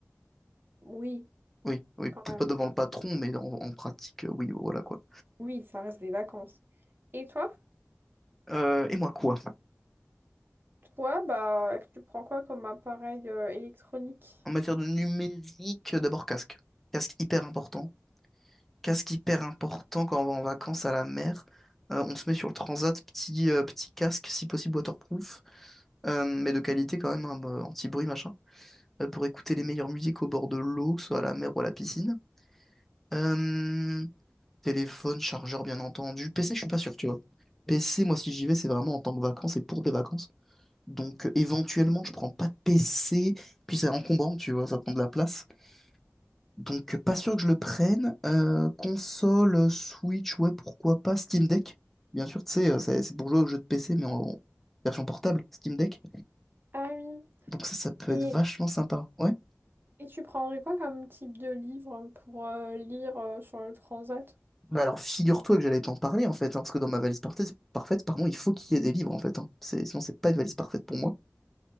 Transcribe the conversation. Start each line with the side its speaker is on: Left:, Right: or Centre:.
Right: Oui,
Centre: Oui, oui,
Right: quand
Centre: peut-être
Right: même.
Centre: pas devant le patron, mais en, en pratique, euh, oui, voilà quoi.
Right: Oui, ça reste des vacances. Et toi?
Centre: Euh, et moi quoi?
Right: Toi, bah, tu prends quoi comme appareil euh, électronique?
Centre: En matière de numérique, euh, d'abord casque. Casque hyper important. Casque hyper important quand on va en vacances à la mer. Euh, on se met sur le transat, petit, euh, petit casque, si possible waterproof, euh, mais de qualité quand même, hein, bah, anti-bruit, machin, euh, pour écouter les meilleures musiques au bord de l'eau, que ce soit à la mer ou à la piscine. Euh, Téléphone, chargeur, bien entendu. PC, je suis pas sûr, tu vois. PC, moi, si j'y vais, c'est vraiment en tant que vacances et pour des vacances. Donc, euh, éventuellement, je prends pas de PC. Puis, c'est encombrant, tu vois, ça prend de la place. Donc, euh, pas sûr que je le prenne. Euh, console, euh, Switch, ouais, pourquoi pas. Steam Deck, bien sûr, tu sais, euh, c'est c'est pour jouer aux jeux de PC, mais en en version portable, Steam Deck.
Right: Ah oui.
Centre: Donc, ça, ça peut
Right: Et,
Centre: être vachement sympa, ouais.
Right: et tu prendrais quoi comme type de livre pour euh, lire euh, sur le transat?
Centre: Bah alors, figure-toi que j'allais t'en parler, en fait, hein, parce que dans ma valise parfaite, parfaite, pardon, il faut qu'il y ait des livres, en fait. hein. C'est- Sinon, c'est pas une valise parfaite pour moi.